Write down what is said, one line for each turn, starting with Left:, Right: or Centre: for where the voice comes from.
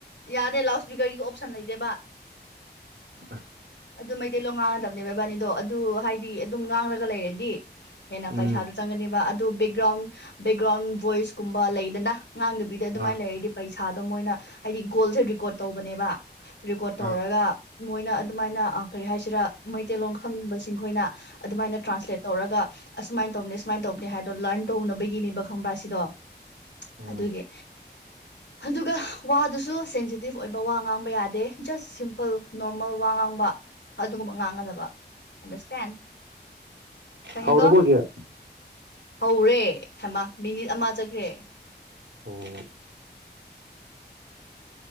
Left: ꯌꯥꯗꯦ ꯂꯥꯎꯠ ꯁ꯭ꯄꯤꯀꯔꯒꯤ ꯑꯣꯞꯁꯟ ꯂꯩꯇꯦꯕ
Right: ꯑ
Left: ꯑꯗꯨ ꯃꯩꯇꯩꯂꯣ ꯉꯥꯡꯉꯗꯕꯅꯦ ꯕꯕꯥꯅꯤꯗꯣ ꯑꯗꯨ ꯍꯥꯏꯗꯤ ꯑꯗꯨꯝ ꯉꯥꯡꯂꯒ ꯂꯩꯔꯗꯤ ꯍꯦꯟꯅ
Right: ꯎꯝ
Left: ꯄꯩꯁꯥꯗꯨꯣ ꯆꯪꯒꯅꯦꯕ ꯑꯗꯨ ꯕꯦꯛꯒ꯭ꯔꯥꯎꯟ ꯕꯦꯛꯒ꯭ꯔꯥꯎꯟ ꯕꯣꯏꯁꯀꯨꯝꯕ ꯂꯩꯗꯅ ꯑꯉꯥꯡꯗꯨ ꯕꯤꯗ ꯑꯗꯨꯃꯥꯏꯅ
Right: ꯑꯥ
Left: ꯂꯩꯔꯗꯤ ꯄꯩꯁꯥꯗꯣ ꯃꯣꯏꯅ ꯍꯥꯏꯗꯤ ꯒꯣꯜꯁꯦ ꯦꯀꯣꯔꯠ ꯇꯧꯕꯅꯦꯕ ꯔꯦꯀꯣꯔꯠ ꯇꯧꯔꯒ
Right: ꯑꯥ
Left: ꯃꯣꯏꯅ ꯑꯗꯨꯃꯥꯏꯅ ꯀꯔꯤ ꯍꯥꯏꯁꯤꯔꯥ ꯃꯩꯇꯩꯂꯣꯟ ꯈꯪꯅꯤꯡꯕꯁꯤꯡ ꯑꯩꯈꯣꯏꯅ ꯑꯗꯨꯃꯥꯏꯅ ꯇ꯭ꯔꯥꯟꯁꯂꯦꯠ ꯇꯧꯔꯒ ꯑꯁꯁꯨꯃꯥꯏꯅ ꯇꯧꯅꯦ ꯁꯨꯃꯥꯏꯅ ꯇꯧꯅꯦ ꯍꯥꯏꯗꯣ ꯂꯔꯟ ꯇꯧꯅꯕꯒꯤꯅꯦꯕ ꯈꯪꯕ꯭ꯔꯥ ꯁꯤꯗꯣ
Right: ꯎꯝ
Left: ꯑꯗꯨꯒꯤ ꯑꯗꯨꯒ ꯋꯥꯗꯨꯁꯨ ꯁꯦꯟꯖꯤꯠ ꯤꯞ ꯑꯣꯏꯕ ꯋꯥ ꯉꯥꯡꯕ ꯌꯥꯗꯦ ꯖꯁ ꯁꯤꯝꯄꯜ ꯅꯣꯔꯃꯦꯜ ꯋꯥ ꯉꯥꯡꯕ ꯑꯗꯨꯒꯨꯝꯕ ꯉꯥꯡꯒꯗꯕ ꯑꯟꯗꯔꯁꯇꯦꯟ ꯈꯪꯉꯦꯀꯣ
Right: ꯍꯥꯎꯔꯕꯣ ꯍꯧꯖꯤꯛ
Left: ꯍꯧꯔꯦ ꯍꯥꯏꯃ ꯃꯤꯅꯤꯠ ꯑꯃ ꯆꯠꯈ꯭ꯔꯦ
Right: ꯑꯣ